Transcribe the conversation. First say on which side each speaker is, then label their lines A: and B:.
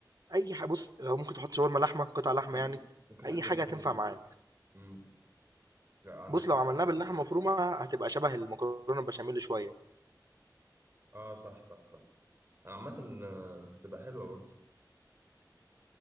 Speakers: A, on the right; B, on the right.
A: أي حاجة بص لو ممكن تحط شاورما لحمة قطع لحمة
B: ممكن
A: يعني
B: ممكن
A: أي
B: لحمه
A: حاجة
B: مفرومه
A: هتنفع معاك
B: امم لا عندك
A: بص
B: حق
A: لو عملناها
B: فعلا.
A: باللحمة مفرومة هتبقى شبه المكرونة البشاميل شوية
B: اه صح صح صح عامه آه، هتبقى حلوه برضه